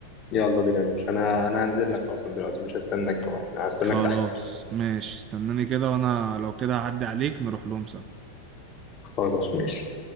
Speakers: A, on the left; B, on the right.
A: يلا بينا يا باشا انا انا هنزل لك اصلا دلوقتي مش هستناك كمان انا هستناك
B: خلاص
A: تحت
B: ماشي استناني كده وانا لو كده هعدي عليك نروح لهم سوا
A: خلاص ماشي